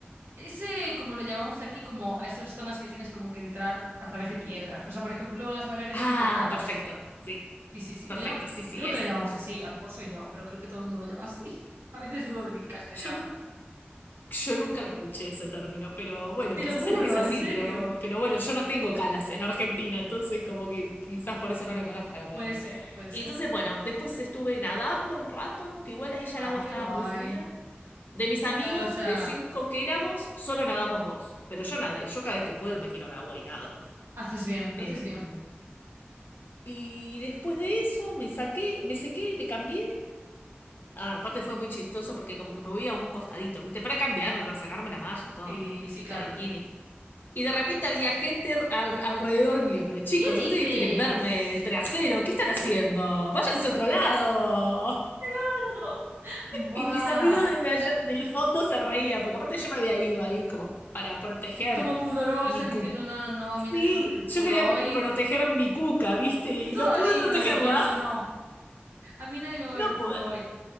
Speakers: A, on the right (about 85°); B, on the left (about 55°).
A: Ese, como lo llamamos aquí, como a esas zonas que tienes como que entrar a través de piedras. O sea, por ejemplo, las Baleares
B: Ah,
A: son todo calas.
B: perfecto, sí,
A: Sí, sí, sí.
B: perfecto,
A: Lo llam-
B: sí, sí,
A: Creo
B: eso.
A: que le llamamos así. A lo mejor soy yo, pero creo que todo el mundo lo llama así. <laughs> A veces dudo de mi castellano.
B: Yo, nu-
A: ¿eh?
B: yo nunca lo escuché ese término, pero bueno,
A: Te
B: quizás
A: lo juro,
B: se le dice así,
A: en serio.
B: pero, pero bueno, yo no tengo calas en Argentina, entonces como que quizás por eso no la conozco la palabra.
A: Puede ser, puede
B: Y
A: ser.
B: entonces, bueno, después estuve nadando un rato, que igual ahí ya
A: Ay,
B: el agua
A: qué
B: estaba
A: guay.
B: muy fría. De mis amigos,
A: Claro, o sea,
B: de cinco que éramos, solo nadamos dos, pero yo nadé, yo cada vez que puedo me tiro al agua y nado.
A: haces bien,
B: Em,
A: haces bien.
B: y después de eso me saqué, me sequé, me cambié Ah, aparte fue muy chistoso porque como que me voy a un costadito, ¿viste? Para cambiarme, para sacarme la malla, todo,
A: Sí, sí, claro.
B: la bikini. Y de repente había gente al- alrededor mío, pero chicos,
A: ¿Qué dices?
B: ustedes quieren verme el trasero, ¿qué están haciendo? Váyanse a otro lado. <laughs>
A: Algo. Buah.
B: Y mis amigos desde allá, del fondo se reían, porque aparte yo me había ido ahí como para proteger
A: Como pudorosa
B: mi
A: diciendo,
B: cuca.
A: no, no, no, a
B: Sí,
A: mí nadie me va a ver el
B: yo
A: culo
B: quería
A: hoy.
B: proteger mi cuca, ¿viste? Y
A: Tú toda
B: no pude
A: digna
B: protegerla.
A: diciendo, no,
B: <laughs>
A: a mí nadie me va a
B: No
A: ver el
B: pude.
A: culo hoy.